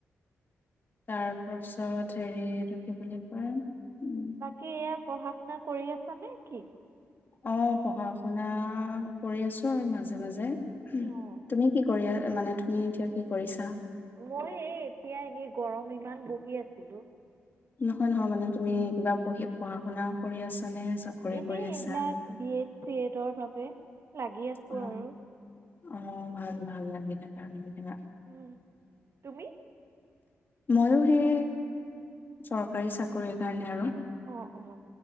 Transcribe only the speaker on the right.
বাকী এয়া পঢ়া শুনা কৰি আছানে কি?
অঁ
মই এই এতিয়া এনেই গৰম ইমান বহি আছিলো।
এনেই
এইবিলাক বিয়েট চিয়েটৰ বাবে বে -লাগি আছো
আৰু
উম, তুমি
অ', অ',